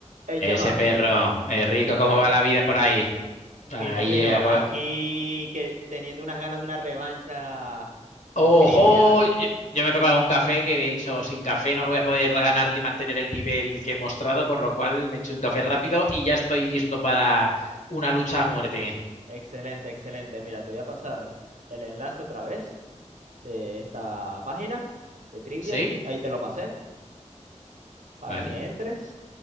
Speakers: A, on the right; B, on the left.
A: Hey,
B: Ese
A: Chema,
B: perro, eh, rico,
A: ¿qué andas?
B: ¿cómo va la vida por ahí? Ahí,
A: Fino, fino.
B: eh, acabo-
A: Aquí que, teniendo unas ganas de una revancha con
B: ¡Ojo!
A: trivia.
B: Yo yo me he preparado un café que he dicho, sin café no voy a poder ganarle y mantener el nivel que he mostrado, por lo cual me he hecho un café rápido y ya estoy listo para una lucha a muerte.
A: Excelente, excelente. Mira, te voy a pasar el enlace otra vez de esta página de trivia.
B: ¿Sí?
A: Ahí te lo pasé para
B: Vale.
A: que entres.